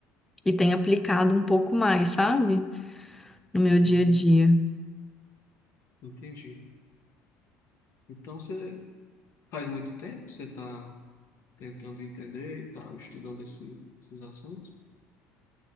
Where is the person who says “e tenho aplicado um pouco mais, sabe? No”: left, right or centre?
Centre